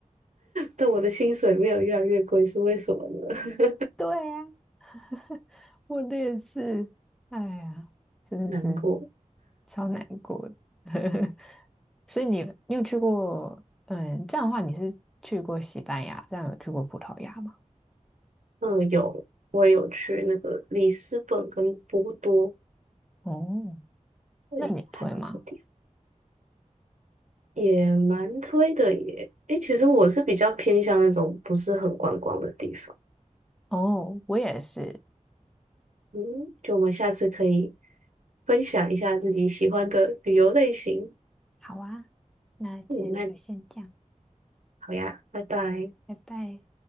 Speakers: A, on the right; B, in the centre.
A: 但我的薪水没有越来越贵，是为什么呢？<laughs>
B: 对呀、<laughs> 我的也是，哎呀，真的是
A: 难过。
B: 超难过的。<laughs> 所以你，你有去过？嗯，这样的话，你是去过西班牙，这样有去过葡萄牙吗？
A: 嗯，有，我也有去那个里斯本跟波多，
B: 哦，
A: 对，
B: 那你推吗？
A: 还不错地方，也蛮推的耶。诶，其实我是比较偏向那种不是很观光的地方。
B: 哦，我也是。
A: 嗯，就我们下次可以分享一下自己喜欢的旅游类型。
B: 好啊，那今天就先这样，
A: 嗯，那好呀，拜拜。
B: 拜拜。